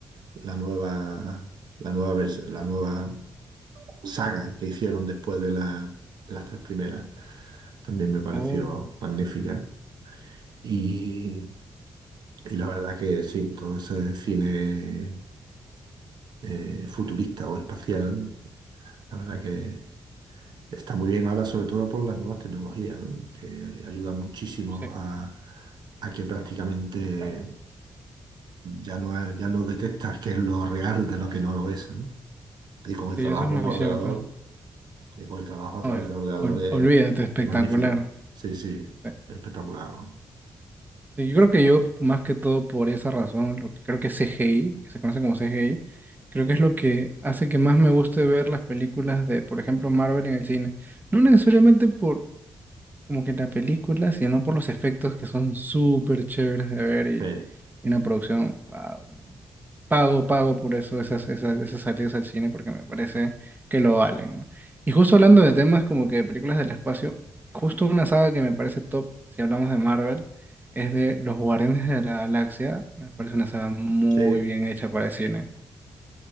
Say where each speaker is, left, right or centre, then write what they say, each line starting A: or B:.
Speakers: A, on the right (about 70°); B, on the right (about 25°).
A: la nueva, la nueva, vers- la nueva saga que hicieron después de, la- de las tres primeras. También me pareció
B: Oh,
A: magnífica. Y, y la verdad que sí, todo ese cine eh, futurista o espacial, la verdad que Está muy bien ahora, sobre todo por las nuevas tecnologías, ¿no? Que ayudan muchísimo
B: sí.
A: a, a que prácticamente ya no, ya no detectas qué es lo real de lo que no lo es, ¿no? Y con el
B: Sí,
A: trabajo
B: eso es muy
A: con
B: cierto.
A: ordenador, y con el trabajo a través
B: A ver,
A: de ordenadores,
B: ol- olvídate, espectacular.
A: es magnífico. Sí, sí,
B: Sí.
A: es espectacular. ¿no?
B: Sí, yo creo que yo, más que todo por esa razón, lo que creo que es CGI, que se conoce como CGI, creo que es lo que hace que más me guste ver las películas de, por ejemplo, Marvel en el cine. No necesariamente por como que en la película, sino por los efectos que son súper chéveres de ver y,
A: Sí,
B: y una producción, wow, pago, pago por eso esas, esas, esas salidas al cine porque me parece que lo valen, ¿no? Y justo hablando de temas como que de películas del espacio, justo una saga que me parece top, si hablamos de Marvel, es de Los Guardianes de la Galaxia, me parece una saga muy
A: sí,
B: bien hecha para el cine.